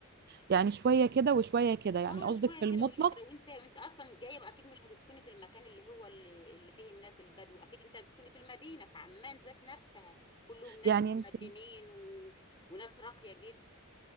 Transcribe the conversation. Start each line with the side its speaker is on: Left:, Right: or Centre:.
Right: يعني شوية كده وشوية كده يعني
Left: اه
Right: قصدك
Left: شويه
Right: في المطلق
Left: كده وشويه كده وانت وانت اصلا جايه بقى اكيد مش هتسكني في المكان اللي هو اللي, اللي فيه الناس البدو اكيد انت هتسكني في المدينه في عمان ذات نفسها كلهم ناس
Right: يعني
Left: متمدنين
Right: أنت
Left: و... وناس راقيه جدا